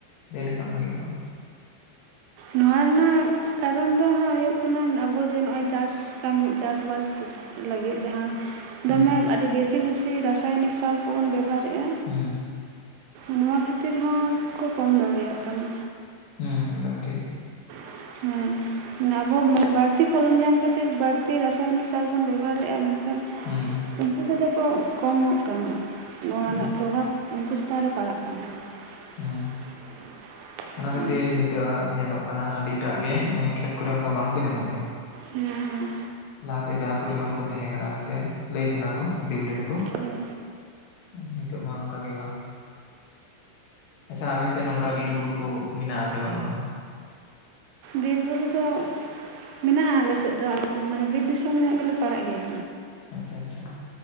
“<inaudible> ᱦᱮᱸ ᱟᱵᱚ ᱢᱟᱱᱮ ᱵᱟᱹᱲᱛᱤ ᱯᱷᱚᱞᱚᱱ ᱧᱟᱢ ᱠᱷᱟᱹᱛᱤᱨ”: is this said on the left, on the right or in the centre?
Right